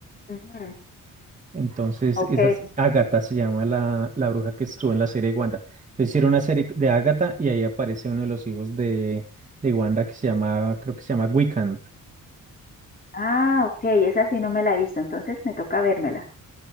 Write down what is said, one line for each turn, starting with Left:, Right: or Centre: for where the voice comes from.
Left: Ujú,
Right: Entonces,
Left: Okay.
Right: esa es Ágata se llama la, la bruja que estuvo en la serie de Wanda. Entonces, hicieron una serie de Ágata y ahí aparece uno de los hijos de, de Wanda que se llama, creo que se llama Wiccan.
Left: Ah, okay, esa sí no me la he visto, entonces me toca vérmela.